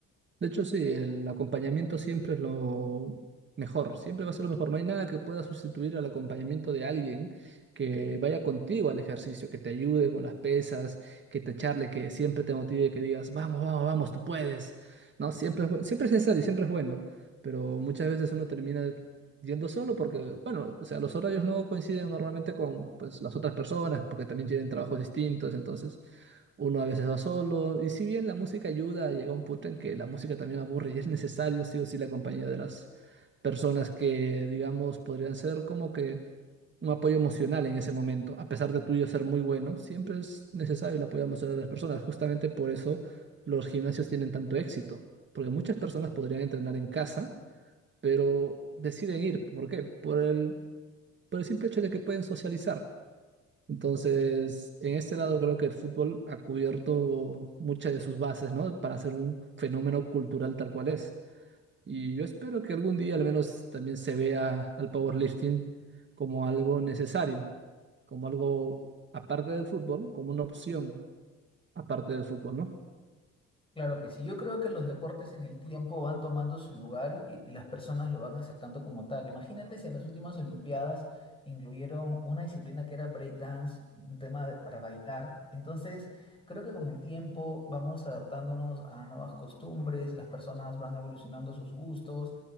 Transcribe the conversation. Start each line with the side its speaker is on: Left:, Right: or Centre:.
Right: De hecho, sí, el acompañamiento siempre es lo mejor, siempre va a ser lo mejor. No hay nada que pueda sustituir al acompañamiento de alguien que vaya contigo al ejercicio, que te ayude con las pesas, que te charle, que siempre te motive, que digas, vamos, vamos, vamos, tú puedes. No, siempre es, bu- siempre es necesario y siempre es bueno, pero muchas veces uno termina yendo solo porque, bueno, o sea, los horarios no coinciden normalmente con pues, las otras personas porque también tienen trabajos distintos, entonces... Uno a veces va solo, y si bien la música ayuda, llega un punto en que la música también aburre y es necesario sí o sí la compañía de las personas que, digamos, podrían ser como que un apoyo emocional en ese momento. A pesar de tuyo ser muy bueno, siempre es necesario el apoyo emocional de las personas. Justamente por eso los gimnasios tienen tanto éxito, porque muchas personas podrían entrenar en casa, pero deciden ir. ¿Por qué? Por el, por el simple hecho de que pueden socializar. Entonces, en este lado creo que el fútbol ha cubierto muchas de sus bases, ¿no? Para ser un fenómeno cultural tal cual es. Y yo espero que algún día al menos también se vea al powerlifting como algo necesario, como algo aparte del fútbol, como una opción aparte del fútbol, ¿no?
Left: Claro que sí, yo creo que los deportes en el tiempo van tomando su lugar y que y las personas lo van aceptando como tal. Imagínate si en las últimas Olimpiadas incluyeron una disciplina que era breakdance, un tema de- para bailar. Entonces, creo que con el tiempo vamos adaptándonos a nuevas costumbres, las personas van evolucionando sus gustos